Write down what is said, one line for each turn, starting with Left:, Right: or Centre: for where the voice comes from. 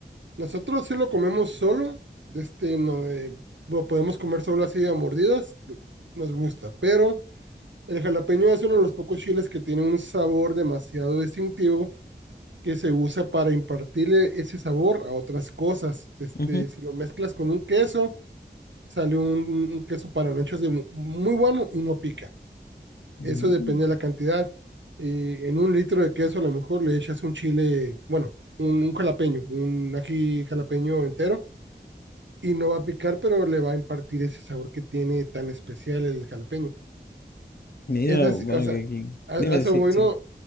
Right: nosotros sí lo comemos solo, de este, no, eh, lo podemos comer solo así a mordidas, lo- nos gusta, pero el jalapeño es uno de los pocos chiles que tiene un sabor demasiado distintivo que se usa para impartirle ese sabor a otras cosas. Este,
Left: Ujú.
Right: si lo mezclas con un queso, sale un, un queso para nachos de muy bueno y no pica.
Left: Mm.
Right: Eso depende de la cantidad. Eh, en un litro de queso a lo mejor le echas un chile, bueno, un, un jalapeño, un ají jalapeño entero y no va a picar, pero le va a impartir ese sabor que tiene tan especial el jalapeño.
Left: Mira,
Right: Esas,
Left: bueno,
Right: o sea,
Left: que, que-
Right: a,
Left: Dime,
Right: a eso
Left: sí,
Right: voy,
Left: sí.
Right: ¿no?